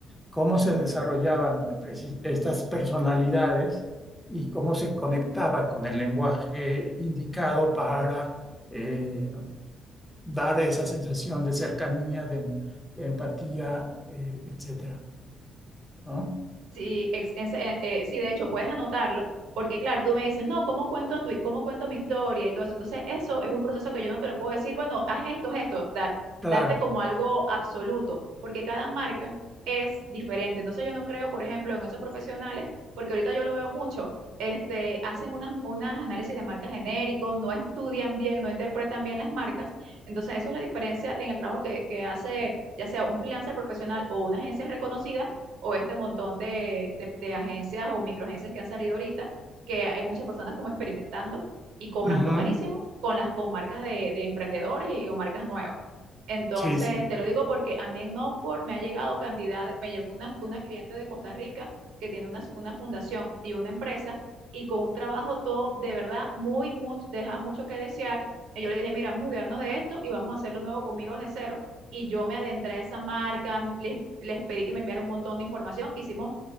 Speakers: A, in the centre; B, on the right (about 85°).
A: ¿Cómo se desarrollaban preci- estas personalidades y cómo se conectaba con el lenguaje indicado para eh, dar esa sensación de cercanía, de, de empatía, eh, etcétera? ¿No?
B: Sí, ex- en eh, eh, sí, de hecho, puedes anotarlo, porque claro, tú me dices, no, ¿cómo cuento tu, cómo cuento mi historia y todo eso? Entonces, eso es un proceso que yo no te lo puedo decir, bueno, haz esto, haz esto, dar,
A: Claro.
B: darte como algo absoluto, porque cada marca es diferente. Entonces, yo no creo, por ejemplo, en esos profesionales, porque ahorita yo lo veo mucho, este, hacen unas, unas análisis de marcas genéricos, no estudian bien, no interpretan bien las marcas. Entonces, eso es la diferencia en el trabajo que, que hace, ya sea un freelancer profesional o una agencia reconocida o este montón de, de- de agencias o microagencias que han salido ahorita, que hay muchas personas como experimentando y cobrando
A: Ujú.
B: carísimo con las con marcas de, de emprendedores y, o marcas nuevas. Entonces,
A: Sí, sí.
B: te lo digo porque a mí en Upwork me ha llegado cantidad, me llegó una, una cliente de Costa Rica que tiene una, una fundación y una empresa y con un trabajo todo de verdad muy, mucho, deja mucho que desear. Y yo le dije, mira, vamos a olvidarnos de esto y vamos a hacerlo nuevo conmigo desde cero y yo me adentré a esa marca, les, les pedí que me enviaran un montón de información, hicimos